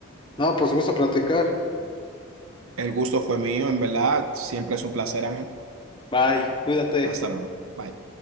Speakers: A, on the left; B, on the right.
A: no, pues gusto platicar.
B: El gusto fue mío, en verdad. Siempre es un placer, Ángel.
A: Bye, cuídate.
B: Hasta luego. Bye.